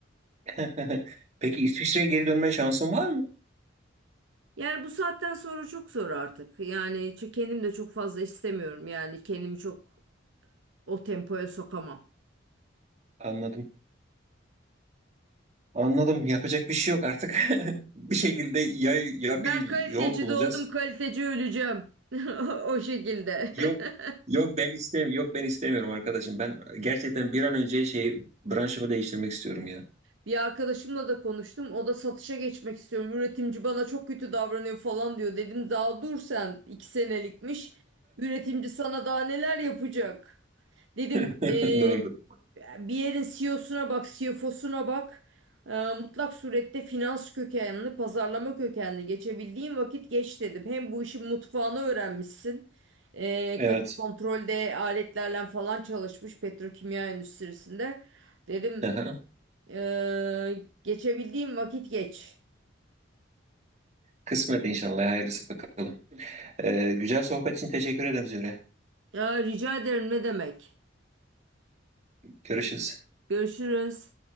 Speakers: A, on the right; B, on the right.
A: <laughs> Peki İsviçre'ye geri dönme şansın var mı?
B: Yani bu saatten sonra çok zor artık. Yani çünkü kendim de çok fazla istemiyorum. Yani kendimi çok o tempoya sokamam.
A: Anladım. Anladım. Yapacak bir şey yok artık. <laughs> Bir şekilde ya ya
B: Ben
A: bir
B: kaliteci
A: yol bulacağız.
B: doğdum, kaliteci öleceğim. <laughs> O şekilde.
A: Yok.
B: <laughs>
A: Yok ben istemiyorum. Yok ben istemiyorum arkadaşım. Ben gerçekten bir an önce şey branşımı değiştirmek istiyorum ya.
B: Bir arkadaşımla da konuştum. O da satışa geçmek istiyorum. Üretimci bana çok kötü davranıyor falan diyor. Dedim daha dur sen. iki senelikmiş. Üretimci sana daha neler yapacak? Dedim
A: <laughs>
B: eee,
A: Doğru.
B: bir yerin CEO'suna bak, CFO'suna bak. Eee, mutlak surette finans kökenli, pazarlama kökenli geçebildiğin vakit geç dedim. Hem bu işin mutfağını öğrenmişsin. Eee
A: Evet.
B: kalite kontrolde aletlerle falan çalışmış petrokimya endüstrisinde. Dedim
A: Aha.
B: ee, geçebildiğim vakit geç.
A: Kısmet inşallah. Hayırlısı bakalım. Ee, güzel sohbet için teşekkür ederim Zühre.
B: Ya rica ederim ne demek.
A: Görüşürüz.
B: Görüşürüz.